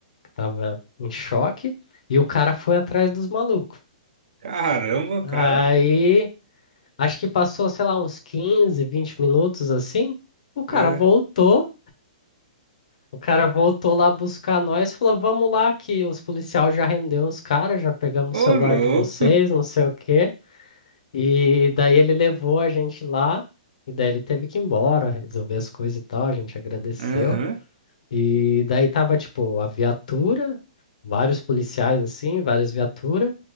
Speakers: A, on the left; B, on the right.
A: Tava em choque. E o cara foi atrás dos malucos.
B: Caramba, o
A: Aí.
B: cara.
A: Acho que passou, sei lá, uns 15, 20 minutos assim. O cara
B: é.
A: voltou, o cara voltou lá buscar nós, e falou: "Vamos lá que os policiais já rendeu os caras, já pegamos
B: Ô,
A: o celular
B: louco!
A: de vocês, não sei o quê". E daí ele levou a gente lá, e daí ele teve que ir embora, resolver as coisas e tal, a gente agradeceu.
B: Aham.
A: E daí tava tipo a viatura, vários policiais assim, várias viaturas,